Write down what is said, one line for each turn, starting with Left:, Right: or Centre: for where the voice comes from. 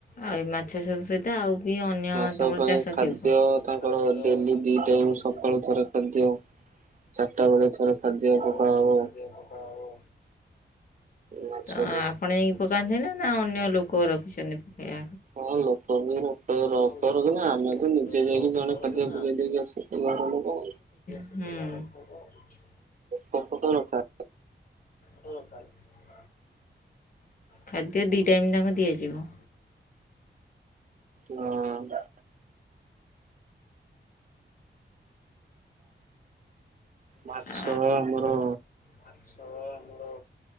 Left: ଆଉ ଏ ମାଛ ସତ ତ ଆଉ ବି ଅନ୍ୟ
Right: ଘାସ
Left: ତମର
Right: ପାଇଁ
Left: ଚାଷ
Right: ଖାଦ୍ୟ
Left: ଥିବ। ଥରେ
Right: ତାଙ୍କର
Left: ଖାଦ୍ୟ ହୁଁ
Right: ଡେଲି
Left: ଚାରିଟା
Right: ଦି ଟାଇମ୍ ସକାଳୁ ଥରେ ଖାଦ୍ୟ ଚାରିଟା ବେଳେ ଥରେ ଖାଦ୍ୟ
Left: ବେଳେ
Right: ପକାହବ
Left: ଥରେ ଖାଦ୍ୟ ପକାହବ।
Right: ମାଛକୁ
Left: ତ ଆପଣ ଯାଇକି ପକାନ୍ତି ନା ନା ଅନ୍ୟ ଲୋକ ରଖିଛନ୍ତି ପକେଇବା
Right: ହଁ ଲୋକ ବି ର ରବାର
Left: ଲୋକ
Right: ଦିନ
Left: ବି
Right: ଆମେ ତ ନିଜେ
Left: ଲୋକ
Right: ଯାଇକି
Left: ଲୋକ
Right: ଜଣେ
Left: ରଖିଛନ୍ତି
Right: ଖାଦ୍ୟ ପକେଇ ଦେଇକି ଆସୁ ଘର ଲୋକ।
Left: ହୁଁଉଁ।
Right: ପ୍ରକୁତ ରଥା।
Left: ଫରକାର <inaudible> ଖାଦ୍ୟ ଦି ଟାଇମ୍ ତାଙ୍କୁ ଦିଆଯିବ।
Right: ହଁ ଅଁ। ମାଛ
Left: ଆ
Right: ଆମର
Left: ମାଛ ଆମର